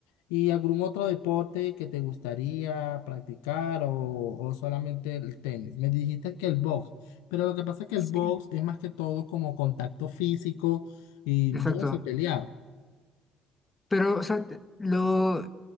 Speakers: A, on the left (about 75°); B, on the left (about 20°).
A: ¿Y algún otro deporte que te gustaría practicar o, o solamente el tenis? Me dijiste que el box, pero lo que pasa es que
B: sí,
A: el box es más que todo como contacto físico y
B: exacto.
A: yo no sé pelear.
B: Pero, o sea, te- lo